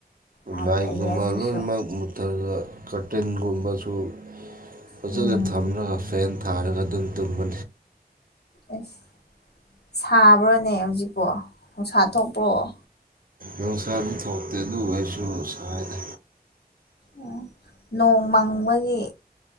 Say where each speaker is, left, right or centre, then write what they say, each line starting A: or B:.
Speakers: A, on the left; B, on the right.
A: ꯌꯥꯝ
B: ꯂꯥꯏꯒꯨꯃꯥꯜꯣ
A: ꯐꯩꯌꯦ ꯑꯗꯨꯁꯨ
B: ꯃꯥ ꯅꯠꯇꯔꯒ ꯀꯇꯤꯟꯒꯨꯝꯕꯁꯨ ꯐꯖꯅ
A: ꯎꯝ
B: ꯊꯝꯂꯒ ꯐꯦꯟ ꯊꯥꯔꯒ ꯑꯗꯨꯝ ꯇꯨꯝꯕ
A: ꯑꯁ ꯁꯥꯕ꯭ꯔꯥꯅꯦ ꯍꯧꯖꯤꯛꯄꯣ ꯅꯨꯡꯁꯥ ꯊꯣꯛꯄ꯭ꯔꯣꯑꯣ
B: ꯌꯣꯡꯁꯥꯗꯤ ꯊꯣꯛꯇꯦ ꯑꯗꯨꯕꯨ ꯑꯩꯁꯨ ꯁꯉꯥꯏꯗ
A: ꯑꯣ ꯅꯣꯡ ꯃꯪꯕꯒꯤ